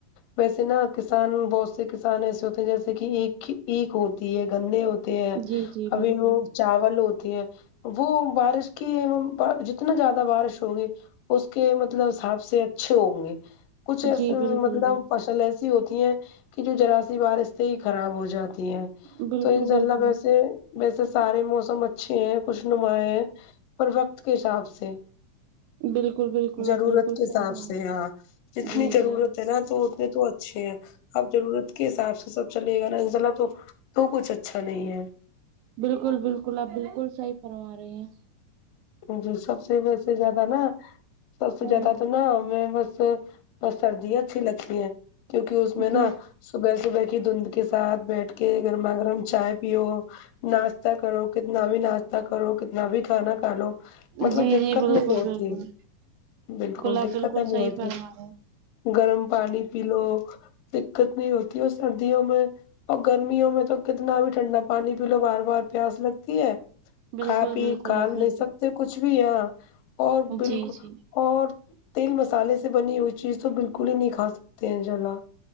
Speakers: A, on the left (about 85°); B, on the right (about 75°).
A: ویسے نا کسان بہت سے کسان ایسے ہوتے ہیں جیسے کہ ایکھ ہوتی ہے گنے ہو تےہے
B: جی جی
A: ابھی
B: بالکل
A: وہ چاول ہوتی ہے وہ بارش کی ام جتنا زیادہ بارش ہوگی اس کے مطلب حصاب سے اچھے ہوں گے کچھ اس
B: جی بالکل
A: مطلب فصل ہوتی ہیں کہ جو ذرا سی بارش سے ہی خراب ہو جاتی ہے
B: بالکل
A: تو انشاء
B: بالکل
A: اللہ ویسے سارے موسم اچھے ہیں خوش نما ہیں پر وقت کےحساب سے
B: بالکل بالکل
A: ضرورت
B: ہاں بالکل
A: کے حساب
B: صحیح فرما
A: سے
B: رہی ہیں
A: ہاں جتنی
B: جی
A: ضرورت
B: جی
A: نا تو اتنے تو اچھے ہیں اب ضرورت کے حساب سے سب چلے گا نا انشاء اللہ تو کچھ اچھا نہیں ہے
B: بالکل بالکل آپ بالکل صحیح فرما رہی ہیں
A: جی سب سے ویسے زیادہ نا سب سے
B: ہوں
A: زیادہ تو نا میں بس اور سردیا اچھی لگتی ہیں کیونکہ اس میں
B: جی
A: نا صبح صبح کی دھند کے ساتھ بیٹھ کے گرما گرم چائے پیو ناشتہ کرو کتنا بھی ناشتہ کرو کتنا بھی کھانا کھا لو مطلب
B: جی
A: دکت
B: جی بالکل
A: نہیں ہوتی
B: بالکل
A: بالکل
B: آپ
A: دکت
B: بالکل
A: نہیں
B: صحیح
A: ہوتی
B: فرما رہے ہیں
A: گرم پانی پی لو دکت نہیں ہوتی اور سردیوں میں اور گرمیوں میں تو کتنا بھی ٹھنڈا پانی پی لو بار بار پیاس لگتی ہے
B: بالکل
A: کھا پی
B: بالکل
A: کام
B: آپ بالکل
A: لےسکتے کچھ بھی یہاں اور بالکل
B: جی جی
A: اور تیل مسالے سے بنی ہوئی چیز تو بالکل ہی نہیں کھا سکتے ہیں انشاء اللہ